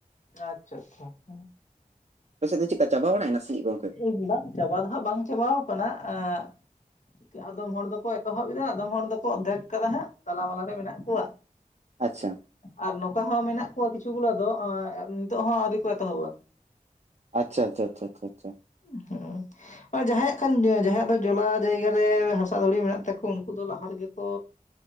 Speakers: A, on the left; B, on the right.
A: ᱟᱪᱪᱷᱟ ᱟᱪᱪᱷᱟ ᱦᱮᱸ᱾
B: ᱟᱯᱮ ᱥᱮᱫ ᱫᱚ ᱪᱮᱫᱠᱟ ᱪᱟᱵᱟ ᱵᱟᱲᱟᱭᱱᱟ ᱥᱮ ᱪᱮᱫ ᱜᱚᱝᱠᱮ?
A: ᱴᱤᱠ ᱵᱟᱝ ᱪᱟᱵᱟ ᱫᱚ ᱦᱟᱸᱜ ᱵᱟᱝ ᱟᱠᱟᱱᱟ ᱮᱸ᱾ ᱟᱫᱚᱢ ᱦᱚᱲ ᱫᱚ ᱠᱚ ᱮᱛᱚᱦᱚᱵ ᱮᱫᱟ᱾ ᱟᱫᱚᱢ ᱦᱚᱲ ᱫᱚ ᱠᱚ ᱚᱫᱷᱮᱠ ᱠᱟᱫᱟ ᱦᱟᱸᱜ ᱛᱟᱞᱟ ᱢᱟᱞᱟ ᱨᱮ ᱢᱮᱱᱟᱜ ᱠᱚᱣᱟ᱾ <unintelligible>
B: ᱟᱪᱪᱷᱟ᱾
A: ᱟᱨ ᱱᱚᱝᱠᱟ ᱦᱚᱸ ᱢᱮᱱᱟᱜ ᱠᱚᱣᱟ᱾ᱠᱤᱪᱷᱩ ᱜᱩᱞᱟᱹ ᱫᱚ ᱱᱤᱛᱚᱜ ᱦᱚᱸ ᱟᱹᱣᱨᱤ ᱠᱚ ᱮᱛᱚᱦᱚ ᱵᱟ᱾
B: ᱟᱪᱪᱷᱟ ᱟᱪᱪᱷᱟ ᱟᱪᱪᱷᱟ ᱟᱪᱪᱷᱟ ᱟᱪᱪᱷᱟ ᱟᱪᱪᱷᱟ
A: <unintelligible> ᱡᱟᱸᱦᱟᱭ ᱟᱜ ᱠᱷᱟᱱ ᱡᱟᱸᱦᱟᱭ ᱟᱜ ᱫᱚ ᱡᱚᱞᱟ ᱡᱟᱭᱜᱟ ᱨᱮ ᱦᱟᱥᱟ ᱫᱷᱩᱲᱤ ᱢᱮᱱᱟᱜ ᱛᱟᱠᱚᱣᱟ ᱾ᱩᱱᱠᱩ ᱫᱚ ᱞᱟᱦᱟ ᱨᱮ ᱜᱮ ᱠᱚᱻᱻᱼᱼ